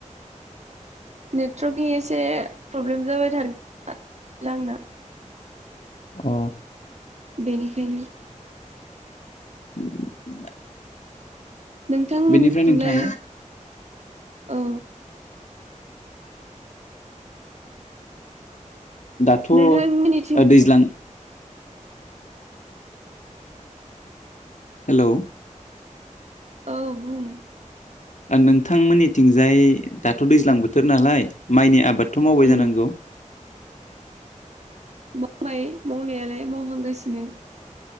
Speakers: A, on the right; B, on the left.
A: नेटवर्कि एसे प्रब्लेम जाबाय थादों आंना
B: अ
A: बेनिखायनो
B: <inaudible>
A: नोंथांमोननिथिंलाय
B: बेनिफ्राय नोंथां
A: औ
B: दाथ'
A: नोंथांमोननिथिं
B: ओ दैज्लां हेलौ
A: औ‌ बुं
B: ओ नोंथांमोननिथिंजाय दाथ' दैज्लां बोथोर नालाय माइनि आबाद थ' मावबाय
A: उम
B: जानांगौ
A: मावबाय मावनायालाय मावहांगासिनो